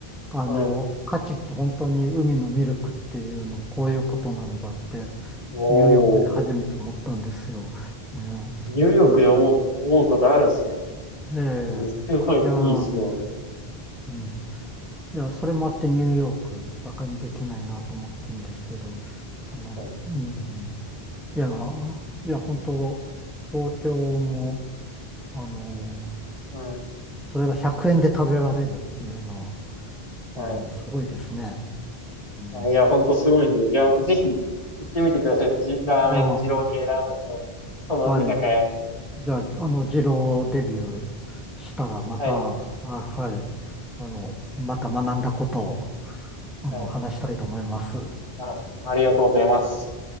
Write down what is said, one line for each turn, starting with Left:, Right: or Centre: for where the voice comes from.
Centre: あの、
Left: はい。
Centre: 牡蠣って本当に海のミルクっていうの、こういうことなんだって、
Left: おお。
Centre: ニューヨークで初めて思ったんですよ。ね。
Left: ニューヨークで思う、
Centre: うん。
Left: 思うことあるんですね。
Centre: ええ。
Left: うんすごいいいですね。
Centre: いやー、うん。いや、それもあってニューヨーク、バカにできないなと思ってるんですけど、
Left: 確かに。
Centre: ね。うん。いやー、いや、本当、東京も、あのー
Left: うん。
Centre: それが100円で食べられるっていうの
Left: はい。
Centre: は、あの、すごいですね。うん。
Left: あいや、ほんとすごいんで。いや、ぜひ行ってみてください。じ、ラーメン、
Centre: あ
Left: 二郎系ラーメンと、その居酒屋に。
Centre: あ、はい。じゃあ、あの、二郎デビューしたら、また、
Left: はい。
Centre: あ、はい、あの、また学んだことを、あの、
Left: はい。
Centre: 話したいと思います。
Left: あ、ありがとうございます。